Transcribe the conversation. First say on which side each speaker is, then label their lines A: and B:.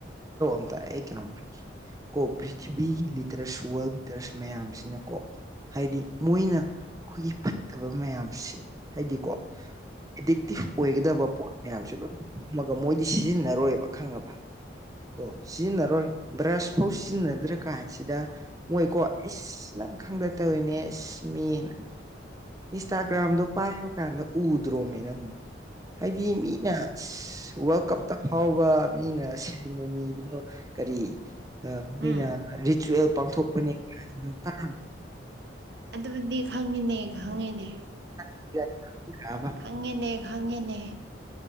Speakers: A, on the right; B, on the right.
A: ꯑ ꯑꯩ ꯀꯩꯅꯣꯝ ꯀꯣ ꯄ꯭ꯔꯤꯊꯤꯕꯤꯒꯤ ꯂꯤꯗꯔꯁ ꯋꯥꯔꯜ ꯂꯤꯗꯔꯁ ꯃꯌꯥꯝꯁꯤꯅ ꯀꯣ ꯍꯥꯏꯗꯤ ꯃꯣꯏꯅ ꯑꯩꯈꯣꯏꯒꯤ ꯐꯠꯇꯕ ꯃꯌꯥꯝꯁꯦ ꯍꯥꯏꯗꯤꯀꯣ ꯑꯦꯗꯤꯛꯇꯤꯞ ꯑꯣꯏꯒꯗꯕ ꯄꯣꯠ ꯃꯌꯥꯝꯁꯤ ꯑꯃꯒ ꯃꯣꯏꯗꯤ ꯁꯤꯖꯤꯟꯅꯔꯣꯏꯕ ꯈꯪꯉꯕ ꯀꯣ ꯁꯤꯖꯤꯟꯅꯔꯣꯏ ꯕ꯭ꯔꯁ ꯐꯧꯁꯤꯟꯅꯗ꯭ꯔ ꯀꯥꯟꯁꯤꯗ ꯃꯣꯏꯀꯣ ꯏꯁ ꯅꯪ ꯈꯪꯗ ꯇꯧꯔꯤꯅꯦ ꯏꯁ ꯃꯤ ꯅꯪ
B: <unintelligible>
A: ꯏꯟꯁꯇꯥꯒ꯭ꯔꯥꯝꯗꯣ ꯄꯥꯏꯕ ꯀꯥꯟꯗ ꯎꯗ꯭ꯔꯣꯅꯤꯅ ꯍꯥꯏꯗꯤ ꯃꯤꯅ ꯋꯥꯔꯜ ꯀꯞꯇ ꯐꯥꯎꯕ ꯃꯤꯅ ꯃꯣꯣ ꯀꯔꯤ
B: ꯎꯝ
A: ꯃꯣꯏꯅ ꯔꯤꯆꯨꯋꯦꯜ ꯄꯥꯡꯊꯣꯛꯄꯅꯦꯕ <unintelligible>
B: ꯑꯗꯨꯕꯨꯗꯤ ꯈꯪꯉꯤꯅꯦ ꯈꯪꯉꯤꯅꯦ
A: ꯏꯀꯥꯏ ꯈꯪꯉꯛꯑꯕ
B: ꯈꯪꯉꯦꯅꯦ ꯈꯪꯉꯦꯅꯦ